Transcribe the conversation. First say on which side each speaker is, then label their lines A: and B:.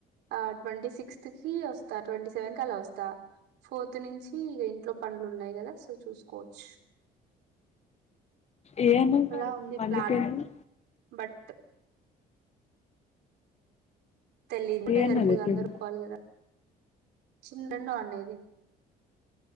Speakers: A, on the right; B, on the left.
A: ఆ ట్వంటీ సిక్స్త్ కి వస్తా ట్వంటీ సెవెన్ కి అలా వస్తా ఫోర్త్ నుంచి ఇక ఇంట్లో పన్లు ఉన్నాయి కదా సో చూసుకోవచ్చు
B: ఏ అన్నది
A: అలా
B: మరి
A: ఉంది
B: మళ్ళీ
A: ప్లాన్
B: పెళ్లి
A: బట్ తెల్లికుంటే
B: ఏ అన్నదే
A: జరుపుదు అందరూ
B: పెళ్లి
A: ఒప్పుకోవాలి కదా చిన్న రెండు అండది <inaudible>